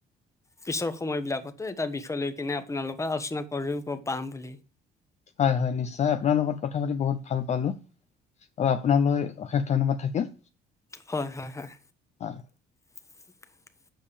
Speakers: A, on the left; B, on the left.
A: পিছৰ সময়বিলাকতো এটা বিষয় লৈ কেনে আপোনালোকে আলোচনা কৰিব পাম বুলি।
B: হয় হয় নিশ্চয়, আপোনাৰ লগত কথা পাতি বহুত ভাল পালোঁ। আৰু আপোনালৈ অশেষ ধন্যবাদ থাকিল।
A: হয় হয় হয়।
B: হয়।
A: <inaudible>